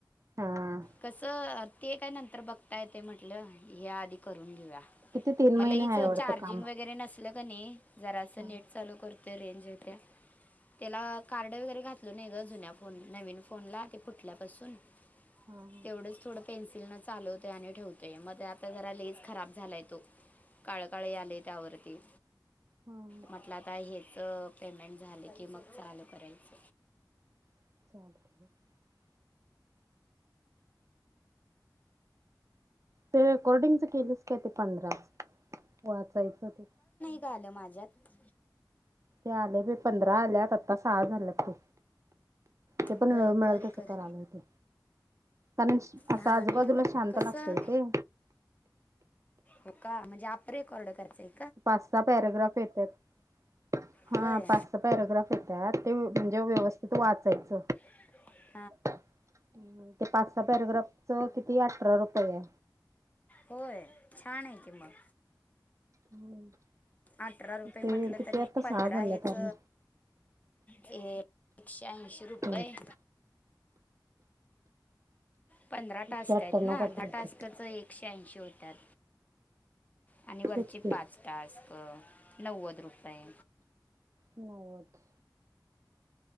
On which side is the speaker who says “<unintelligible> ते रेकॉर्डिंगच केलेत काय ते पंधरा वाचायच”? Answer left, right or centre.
Right